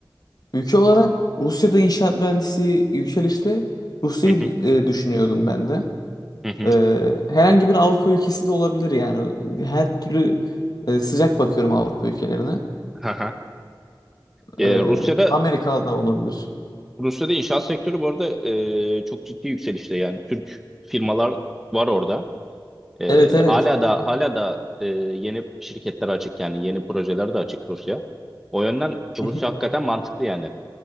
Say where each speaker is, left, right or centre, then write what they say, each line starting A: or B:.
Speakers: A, on the left (about 55°); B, in the centre.
A: Ülke olarak Rusya'da inşaat mühendisi yükselişte Rusya'yı
B: Hı hı,
A: e, düşünüyordum ben de.
B: hı hı,
A: E, herhangi bir Avrupa ülkesi de olabilir yani. Her türlü e, sıcak bakıyorum Avrupa ülkelerine.
B: hı hı. E,
A: E,
B: Rusya'da
A: Amerika da olabilir.
B: Rusya'da inşaat sektörü bu arada e, çok ciddi yükselişte yani Türk firmalar var orada. Ee,
A: Evet evet.
B: hala da hala da e, yeni şirketler açık yani yeni projeler de açık Rusya. O yönden Rusya
A: Hı hı.
B: hakikaten mantıklı yani.